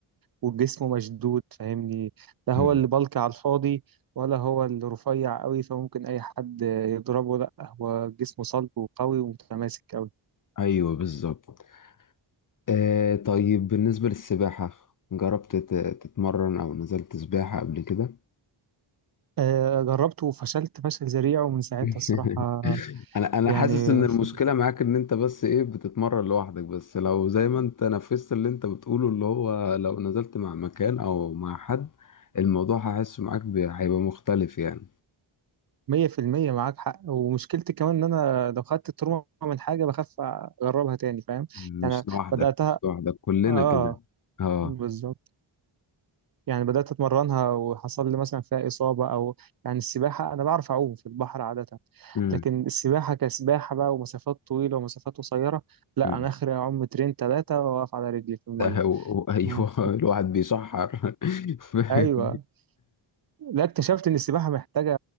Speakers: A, on the right (about 45°); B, on the left (about 45°).
A: وجسمه مشدود فاهمني لا هو
B: مم.
A: اللي بلك على الفاضي ولا هو اللي رفيع قوي فممكن أي حد يضربه لا هو جسمه صلب وقوي ومتماسك قوي
B: ايوه بالظبط آه طيب بالنسبة للسباحة جربت تت- تتمرن أو نزلت سباحة قبل كده؟
A: آه، جربته وفشلت فشل ذريع ومن ساعتها
B: <laughs>
A: الصراحة
B: أنا أنا
A: يعني
B: حاسس إن المشكلة
A: ف-
B: معاك إن أنت بس إيه بتتمرن لوحدك بس لو زي ما أنت نفذت اللي أنت بتقوله اللي هو لو نزلت مع مكان أو مع حد الموضوع هحس معاك ب- هيبقى مختلف يعني
A: مية في المية معاك حق ومشكلتي كمان إن أنا لو خدت التروما من حاجة بخاف أجربها تاني فاهم
B: مش
A: يعني
B: لوحدك
A: بدأتها
B: مش لوحدك كلنا
A: آه
B: كده أه
A: بالظبط يعني بدأت أتمرنها وحصل لي مثلا فيها إصابة أو يعني السباحة أنا بعرف أعوم في البحر عادة
B: أمم،
A: لكن السباحة كسباحة بقى ومسافات طويلة ومسافات قصيرة لا
B: أمم.
A: أنا آخري أعوم مترين تلاتة وأقف على رجلي في المية
B: ده هو هو- أيوه
A: ياه.
B: <laughs> الواحد بيشحر <laughs>
A: أيوة لا اكتشفت إن السباحة محتاجة